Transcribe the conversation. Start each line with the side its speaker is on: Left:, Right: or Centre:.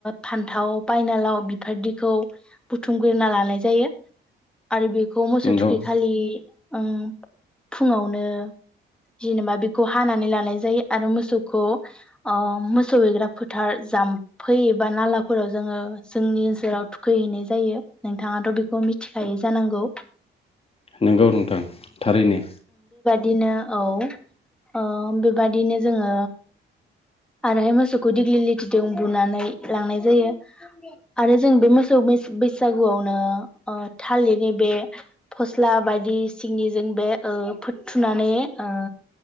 Centre: फान्थाव बायनालाव बिफोरदखौ बुथुमग्रोना लानाय जायो। आरो बेखौ मोसौ
Left: नंगौ
Centre: थु खैखालि ओम फुङावनो जेनेबा बेखौ हानानै लानाय जायो आरो मोसौखौ ओ मोसौ हैग्रा फोथार जाम्फै एबा नालाफोराव जोङो जोंनि ओनसोलाव थुखैहैनाय जायो। नोंथाङाथ' बेखौ मिथिखायै जानांगौ?
Left: नोंगौ नोंथां थारैनो
Centre: दिनो औ ओ बेबादिनो जोङो आरो मोसौखौ दिग्लि लेथिजों बुनानै लांनाय जायो आरो जों बे मोसौ मोस बैसागुआवनो ओ थालिरनि बे फस्ला बायदि सिंनिजों बे ओ फोथ थुनानै ओ